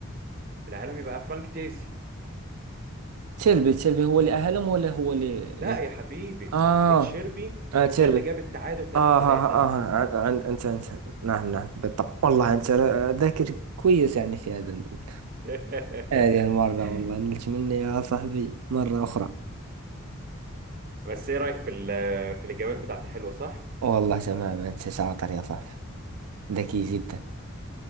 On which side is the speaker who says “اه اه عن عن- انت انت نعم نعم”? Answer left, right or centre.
Right